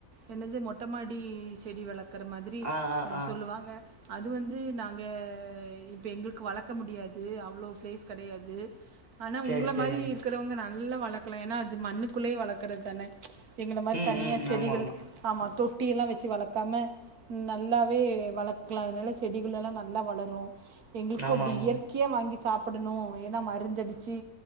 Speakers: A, on the right; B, on the right.
A: என்னது மொட்ட மாடி டி செடி வள இருக்கற மாதிரி
B: ஆ ஆ
A: ஹ
B: ஆ
A: சொல்லுவாங்க அது வந்து நாங்க இப்ப எங்களுக்கு வளக்க முடியாது அவ்வளோ பிளேஸ் கெடையாது ஆனா
B: சரி
A: உங்கள
B: சரிங்க
A: மாரி இருக்குறவங்க நாங்க நல்லா வளர்க்கலாம் ஏன்னா அது மண்ணுக்குள்ளே வளக்கறது தானே எங்கள மாரி
B: ம்
A: தனியா
B: ம்
A: செடிகள்
B: ஆமா
A: ஆமா தொட் ட்டியெல்லாம் வச்சு வளக்காம நல்லாவே வளக்கலாம் அதனால செடிகள்ளெல்லாம் நல்லா வளரும் எங்களுக்கும்
B: ஆமா
A: அப்டி
B: ஆமா
A: இயற்கையா வாங்கி சாப்பிட படணும் ஏன்னா மருந்தடிச்சு